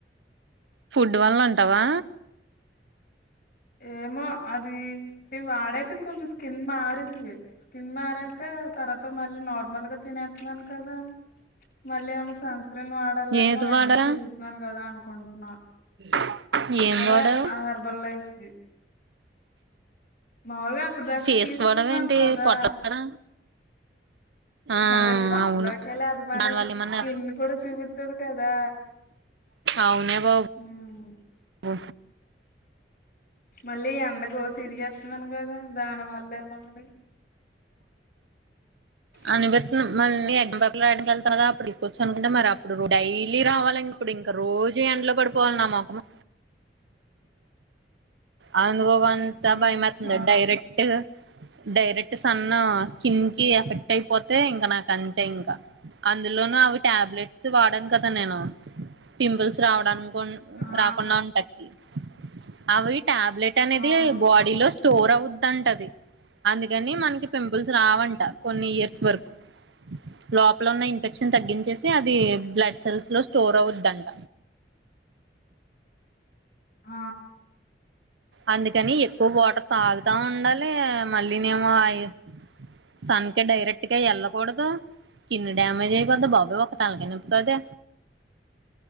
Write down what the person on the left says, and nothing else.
ఏమో అది వాడాక కొంచెం స్కిన్ మారింది స్కిన్ మారాక తర్వాత మళ్ళీ నార్మల్ గా తినేస్తున్నాను కదా మళ్ళీ ఏమన సన్ స్క్రీన్ వాడాలేమో
ఎండకి తిరుగుతున్నాను కదా అనుకుంటున్నా
అదే
ఆహార బల్లా ఐస్ది మాములుగా అప్పటి దాకా
తీసుకున్నాను
కదా
అదే పొట్టలోకి
వెళ్ళి అది మన
స్కిన్ కూడా చూపిత్తది కదా
ఉమ్
మళ్ళీ ఎండగో తిరిగెత్తున్నాను కదా దానివల్లేమో అని <inaudible>
<inaudible>
ఉమ్
ఆ
అవును
ఆ